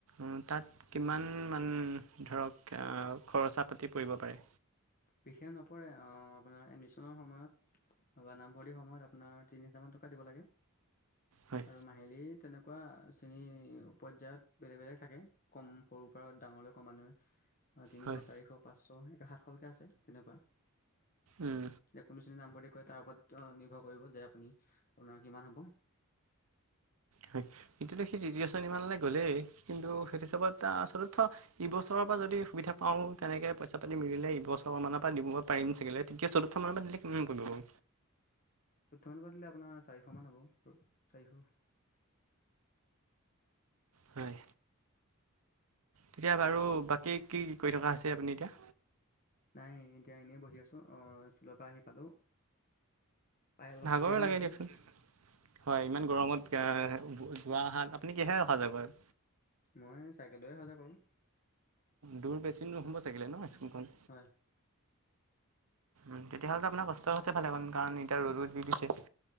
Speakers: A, on the right; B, on the left.
A: অ', তাত
B: হয়,
A: কিমান কিমান ধৰক আ, খৰচা পাতি পৰিব পাৰে।
B: বিশেষ নপৰে অ', আপোনাৰ এডমিশনৰ সময়ত তাপা নামভৰ্তিয় সময়ত আপোনাৰ তিনি হাজাৰ মান টকা দিব লাগে।
A: হয়
B: আৰু মাহিলী তেনেকুৱা শ্ৰেণী পৰ্যায়ত বেলেগ, বেলেগ থাকে। কম সৰুৰ পৰা ডাঙৰলৈ ক্ৰমান্বয়ে অ', তিনিশ,
A: হয়
B: চাৰিশ, পাঁচশ একে সাতশলেকে আছে, তেনেকুৱা।
A: হয়
B: যে কোনটো শ্ৰেণীত নামভৰ্তি কৰে তাৰ ওপৰত নিৰ্ভৰ কৰিব যে, আপুনি আপোনাৰ কিমান হ'ব।
A: হয়, এতিয়াটো সেই তৃতীয় শ্ৰেণীমানলে গ'লেই, কিন্তু সেইটো হিচাপত তা চতুৰ্থ ইবছৰৰ পৰা যদি সুবিধা পাওঁ, তেনেকে পইচা পাতি মিলিলে ইবছৰ মানৰ পৰা দিবগ পাৰিম চাগেলে। তৃতীয়, চতুৰ্থ মানপা দিলে কিমান পৰিব বাৰু?
B: চতুৰ্থ মানপা দিলে আপোনাৰ চাৰিশ মান হ'ব, চাৰিশ
A: হয়। তেতিয়া বাৰু, বাকী কি কৰি থকা হৈছে আপুনি এতিয়া?
B: নাই এতিয়া এনেই বহি আছোঁ অ', স্কুলৰ পৰা আহি পালোঁ। পাই অলপ
A: ভাগৰ
B: জিৰণি
A: লাগে
B: লৈছোঁ।
A: দিয়কচোন হয়, ইমান গৰমত অ', যোৱা অহাত, আপুনি কিহেৰে অহা যোৱা কৰে?
B: মই চাইকেল লৈয়ে অহা যোৱা কৰোঁ।
A: দূৰ বেছি নহ'ব চাগিলে ন স্কুলখন।
B: হয়।
A: উম' তেতিয়াহ'লে আপোনাৰ কষ্ট হৈছে ভালে মান, কাৰণ এতিয়া ৰ'দো দি দিছে।